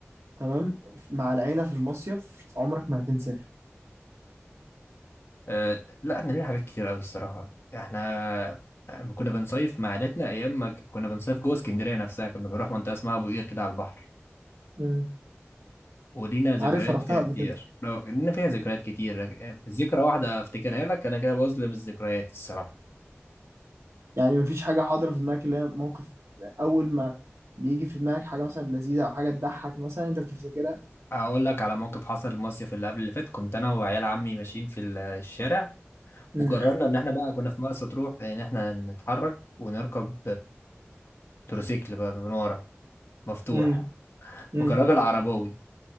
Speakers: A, on the right; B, on the left.
A: تمام مع العيله في المصيف عمرك ما هتنساها
B: أه لا احنا لينا حاجات كتير قوي الصراحه احنا لما كنا بنصيف مع عيلتنا ايام ما ك- كنا بنصيف جوه اسكندريه نفسها كنا بنروح منطقه اسمها ابو قير كده على البحر
A: مم.
B: ولينا ذكريات
A: عارفها رحتها
B: فيها
A: قبل
B: كتير
A: كده
B: لو لينا فيها ذكريات كتير يعني ذكرى واحدة افتكرها لك انا كده بظلم الذكريات الصراحة
A: يعني مفيش حاجه حاضره في دماغك اللي هي موقف اول ما بيجي في دماغك حاجه مثلا لذيذه او حاجه تضحك مثلا انت بتفتكرها
B: اقول لك على موقف حصل المصيف اللي قبل اللي فات كنت انا وعيال عمي ماشيين في ال- الشارع
A: مم.
B: وقررنا ان احنا بقى كنا في مرسى تروح ان احنا نتحرك ونركب التروسيكل بقى من ورا مفتوح
A: مم. مم.
B: وكان راجل عرباوي